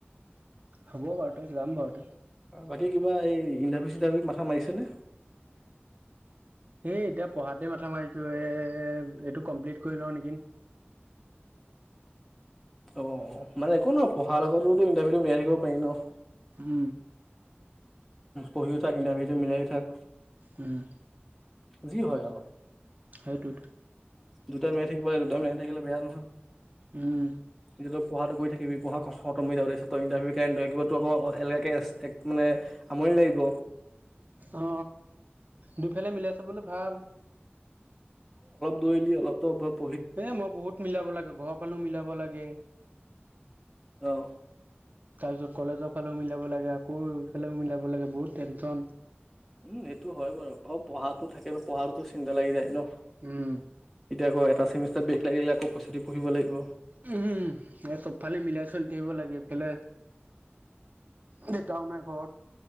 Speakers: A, on the right; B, in the centre.
A: হ'ব বাৰু তই যাম বাৰু তই।
B: বাকী কিবা এই ইণ্টাৰভিউ চিন্তাৰভিউ মাথা মাৰিছা নে।
A: সেই এতিয়া পঢ়াতে মাথা মাৰিছো এ এইটো কমপ্লিট কৰি লওঁ নেকি?
B: অ মানে একো নপঢ়াৰ লগতোতো ইন্টাৰভিউটো মিলাই থাকিব পাৰি ন।
A: উম।
B: পঢ়িও থাক ইণ্টাৰভিউটো মিলাইয়ো থাক।
A: হম
B: যি হয় আও
A: সেইটোত
B: দুটা মিলাই থাকিব লাগে দুটা মিলাই থাকিলে বেয়া নহয়।
A: উম
B: কিন্ত তই পঢ়াটো কৰি থাকিবি পঢ়া খতম হৈ যাব তাৰপিছত তই ইণ্টাৰভিউ কাৰণে কিবা তোৰ আকৌ এ কেচ এক মানে আমনি লাগিব
A: অ দুফালে মিলাই চাবলৈ ভাল।
B: কৰিলি অলপতো ওপৰত
A: এ মই বহুত মিলাব লাগে ঘ ফালেও মিলাব লাগে
B: অহ।
A: তাৰপিছত কলেজৰ ফালেও মিলাব লাগে আকৌ এফালেও মিলাব লাগে বহুত টেনশ্যন।
B: উম সেইটো হয় বাৰু আকৌ পঢ়াতো থাকে ন পঢ়াতোটো চিন্তা লাগি যায় ন।
A: উম।
B: এতিয়া আকৌ এটা চেমিষ্টাৰত ব্ৰেক লাগিলে আকৌ পইচা দি পঢ়িব লাগিব
A: উ এ চবফালে মিলাই চলি থাকিব লাগে ইফালে দেতাও নাই ঘৰত